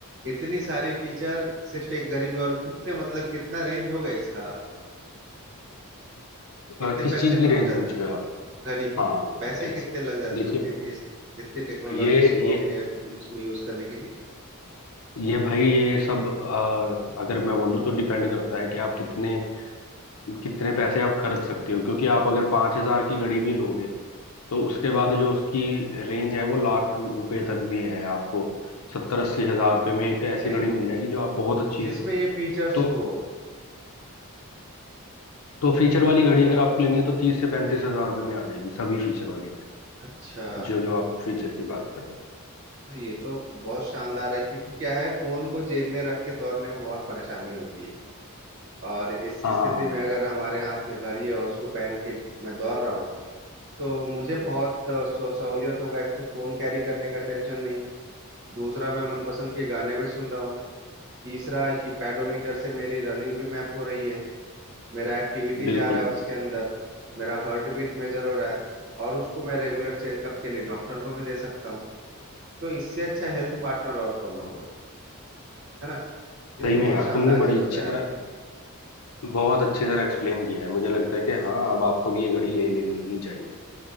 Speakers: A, on the right (about 55°); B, on the left (about 75°).
A: इतनी सारी फीचर सिर्फ एक घड़ी में और कितने मतलब कितना रेंज होगा इसका कितने
B: अ, किस
A: पैसे
B: चीज़
A: में
B: की रेंज
A: हो जाता
B: पूछ रहे हो आप
A: घड़ी की
B: हाँ
A: पैसे
B: पैसे
A: कितने लग जाते
B: देखिए
A: होंगे इस इतनी टेक्नोलॉजीज
B: ये
A: को
B: ये
A: अपने उसमें यूज करने के लिए
B: ये भाई ये सब अ, अगर मैं बोलूँ तो डिपेंड करता है कि आप कितने कितने पैसे आप खर्च सकते हो क्योंकि आप अगर पांच हजार की घड़ी भी लोगे तो उसके बाद जो उसकी रेंज है वो लाख रु- रुपए तक भी है आपको सत्तर अस्सी हजार रुपए में एक ऐसी
A: नहीं
B: घड़ी
A: नहीं
B: मिल जाएगी जो आप बहुत अच्छी
A: जिसमें ये फीचर्स
B: तो
A: हो
B: तो फीचर वाली घड़ी अगर आपको लेनी है तो तीस से पैंतीस हजार रुपए में आ जाएगी सभी फीचर वाली घड़ी
A: अच्छा
B: जो जो आप फीचर की बात कर रहे
A: तो ये तो बहुत शानदार है क्योंकि क्या है फोन को जेब में रख के दौड़ने में बहुत परेशानी होती है और इस
B: हो हाँ
A: स्थिति
B: हाँ हाँ हाँ,
A: में अगर हमारे हाथ में घड़ी है और उसको पहन के मैं दौड़ रहा हूँ तो मुझे बहुत अ, सह- सहूलियत होगा एक तो फोन कैरी करने का टेंशन नहीं दूसरा मैं मनपसंद के गाने भी सुन रहा हूँ तीसरा है कि पैडोमीटर से मेरी रनिंग भी मैप हो रही है मेरा एक्टिविटी
B: बिल्कुल
A: जा रहा है उसके अंदर मेरा हार्ट बीट मेजर हो रहा है और उसको मैं रेगुलर चेकअप के लिए डॉक्टर को भी दे सकता हूँ तो इससे अच्छा हेल्थ पार्टनर और कौन होगा है ना ये
B: सही
A: तो
B: में
A: बहुत
B: यार
A: शानदार
B: तुमने
A: चीज
B: बड़ी अच्छी
A: बताया आपने
B: तरह बहुत अच्छी तरह एक्सप्लेन किया है मुझे लगता है कि हाँ अब आपको भी ये घड़ी ले लेनी ही चाहिए